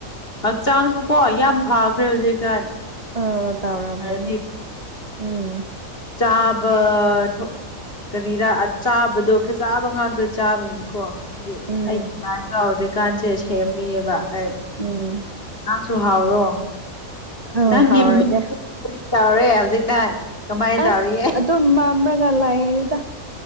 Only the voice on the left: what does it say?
ꯍꯛꯆꯥꯡꯁꯨ ꯀꯣ ꯌꯥꯝ ꯐꯈ꯭ꯔꯦ ꯍꯧꯖꯤꯛꯀꯥꯟ
ꯍꯥꯏꯗꯤ
ꯆꯥꯕ ꯊ ꯀꯔꯤꯔꯥ ꯆꯥꯕꯗꯣ ꯐꯖꯕ ꯉꯥꯛꯇ ꯆꯥꯕꯒꯤꯀꯣ꯫ ꯍꯥꯏꯗꯤ
ꯑꯩꯒꯤ ꯗꯥꯏ ꯇ ꯍꯧꯖꯤꯛꯀꯥꯟꯁꯦ ꯁꯦꯝꯔꯤꯑꯕ꯫ ꯑꯩ
ꯅꯪꯁꯨ ꯍꯥꯎꯔꯣ
ꯅꯪꯒꯤ
ꯃꯤꯡ ꯀ ꯇꯧꯔꯦ ꯍꯧꯖꯤꯛꯀꯥꯟ꯫ ꯀꯃꯥꯏꯅ ꯇꯧꯔꯤꯌꯦ